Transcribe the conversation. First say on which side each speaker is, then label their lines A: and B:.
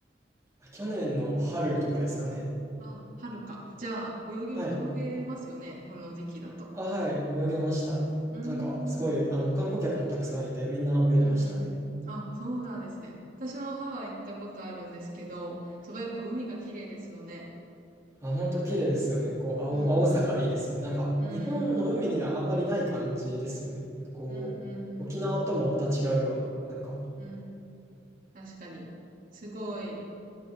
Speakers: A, on the right; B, on the right.
A: あ去年の春とかですかね。
B: あ、春か。じゃあ、泳ぎも、
A: はい。
B: 泳げますよね。その時期だと。
A: あ、はい。泳げました。
B: うーん。
A: なんか、すごい、
B: うん
A: あの、観光客もたくさんいて、みんな泳いでましたね。
B: うん。あ、そうなんですね。私もハワイ行ったことあるんですけど、すごいやっぱ海が綺麗ですよね。
A: あ、ほんと綺麗ですよね。こう、青、
B: うん
A: 青さがいいですよね。なんか、
B: うん。
A: 日本の海にはあんまりない感じですよね。
B: うん。
A: こう、
B: うんう
A: 沖縄ともまた違うような、
B: ん
A: なんか。
B: うん。うん。確かに。すごい。